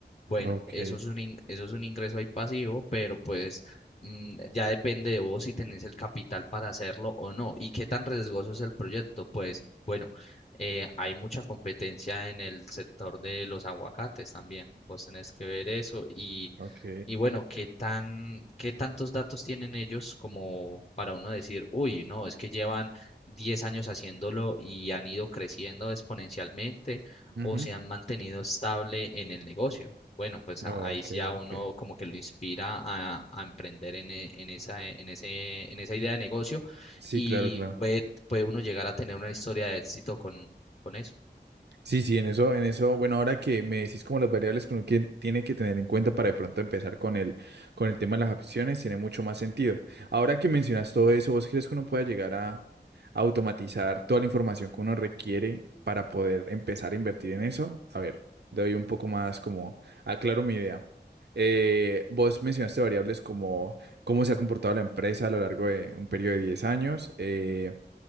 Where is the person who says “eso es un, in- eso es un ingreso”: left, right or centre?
Left